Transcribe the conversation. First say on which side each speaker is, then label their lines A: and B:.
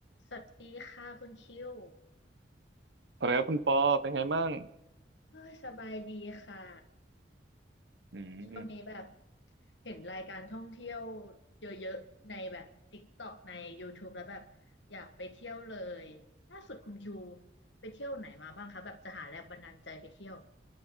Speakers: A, on the left; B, on the right.
A: สวัสดีค่ะคุณคิว
B: สวัสดีครับคุณปอเป็นไงบ้าง
A: เอ้ยสบายดีค่ะ
B: อืม
A: ช่วงนี้แบบเห็นรายการท่องเที่ยวเยอะๆในแบบ TikTok ใน YouTube แล้วแบบอยากไปเที่ยวเลยล่าสุดคุณคิวไปเที่ยวไหนมาบ้างคะแบบจะหาแรงบันดาลใจไปเที่ยว